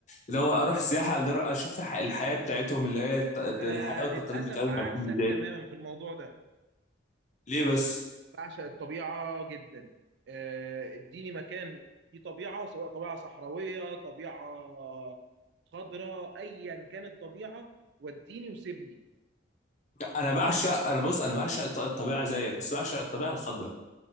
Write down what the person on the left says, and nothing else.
اللي هو اروح سياحه اجرب اشوف الح- الحياه بتاعتهم اللي هي الت-
الحياه والتقاليد
بتاعتهم
عايشين ازاي
ليه بس
انا بعشق انا بص انا بعشق الط- الطبيعه زيك بس بعشق الطبيعه الخضراء